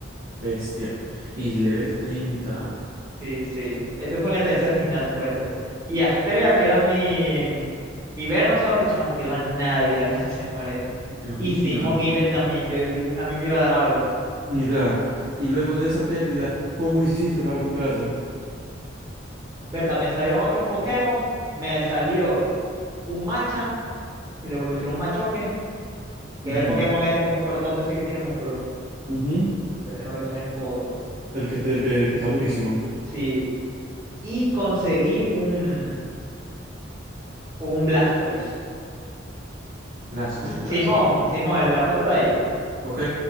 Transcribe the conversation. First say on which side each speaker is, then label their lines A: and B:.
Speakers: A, on the right; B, on the right.
A: Bestia. Y level 30.
B: Sí, sí. Esto fue en el tercer gimnasio, fue esto. Y Astrea, que era mi, mi Venusaur, chamo, quedó a nada de vida, casi se muere.
A: Dios
B: Y
A: mío.
B: Simón y Bet también, yo, yo, a mí me iba a dar algo.
A: Mira. Y luego de esa pérdida, ¿cómo hiciste para recuperarte?
B: Berta, me salieron otros Pokémon, me salió un Machamp, y lo evolucionó un Machoke, que
A: Ujú,
B: es el Pokémon este como fuertote, sí que tiene músculo.
A: ujú.
B: Pero ese no le tomé foto.
A: El que, esté- el, el que está durísimo.
B: Sí, y conseguí un, un Blastoise.
A: Blastoise,
B: Ah, sí,
A: Blastoise,
B: Simón,
A: Blastoise.
B: Simón, el de la foto de ahí.
A: Ok,